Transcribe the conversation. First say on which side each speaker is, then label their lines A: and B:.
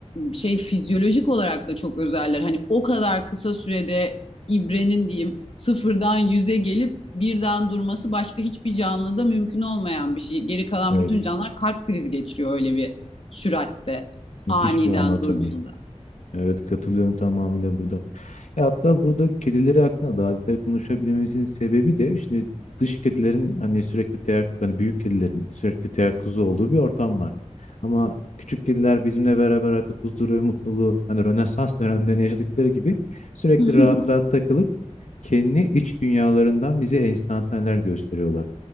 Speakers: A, on the left (about 55°); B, on the left (about 80°).
A: şey fizyolojik olarak da çok özeller. Hani o kadar kısa sürede ibrenin diyeyim sıfırdan yüze gelip birden durması başka hiçbir canlıda mümkün olmayan bir şey. Geri kalan
B: evet.
A: bütün canlılar kalp krizi geçiriyor öyle bir süratte
B: Müthiş
A: aniden
B: bir anatomi.
A: durduğunda.
B: Evet katılıyorum tamamıyla burada. E hatta burada kedileri hakkında daha detaylı konuşabilmemizin sebebi de şimdi dış kedilerin hani sürekli teyakkuz, hani büyük kedilerin sürekli teyakkuzu olduğu bir ortam var. Ama küçük kediler bizimle beraber artık huzuru ve mutluluğu hani Rönesans dönemlerinde yaşadıkları gibi sürekli
A: <laughs>
B: rahat rahat takılıp kendi iç dünyalarından bize enstantaneler gösteriyorlar.